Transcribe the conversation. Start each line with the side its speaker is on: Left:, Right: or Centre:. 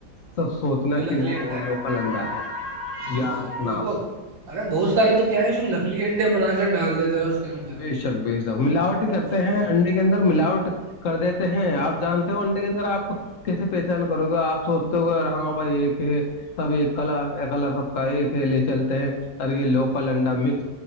Left: توب سو اتنا
Right: جو
Left: کہ
Right: نکلی
Left: وہ
Right: انڈا
Left: وہ
Right: ہے
Left: لوکل انڈا ہے
Right: جی
Left: یاد
Right: جی
Left: رکھنا
Right: کوئی
Left: آپ
Right: تو ارے بہت سارے تو کیا ہے اس نکلی انڈے بنا کر ڈال دیتے ہیں اس کے اندر
Left: بے شک بے شک ملاوٹ ہی کرتے
Right: سفید
Left: ہیں
Right: کر
Left: انڈے کے اندر ملاوٹ کر دیتے ہیں آپ جانتے ہو انڈے کے اندر آپ کیسے پہچان کرو گا آپ سوچتے ہو گے یار ہاں بھائی یہ ہے سب ایک کلا کلر سب کا ایکلے چلتے اور یہ لوکل انڈا مک